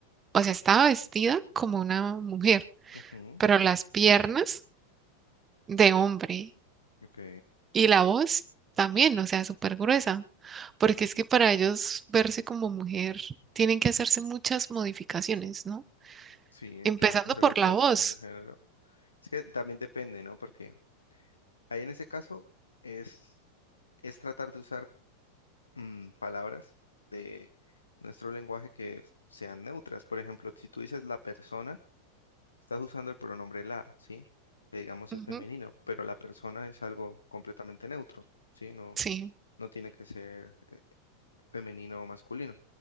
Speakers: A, on the right; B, on the left.
A: o sea, estaba vestida como una mujer,
B: ujú,
A: pero las piernas de hombre
B: ok,
A: y la voz también, o sea, súper gruesa, porque es que para ellos verse como mujer tienen que hacerse muchas modificaciones, ¿no?
B: sí,
A: Empezando
B: tran- hacer
A: por
B: la transición
A: la voz.
B: de género. Es que también depende, ¿no? Porque ahí en ese caso es, es tratar de usar mm, palabras de nuestro lenguaje que sean neutras. Por ejemplo, si tú dices la persona, Estás usando el pronombre la, ¿sí? Que digamos
A: Ujú,
B: es femenino, pero la persona es algo completamente neutro, ¿sí? No,
A: sí.
B: no tiene que ser femenino o masculino.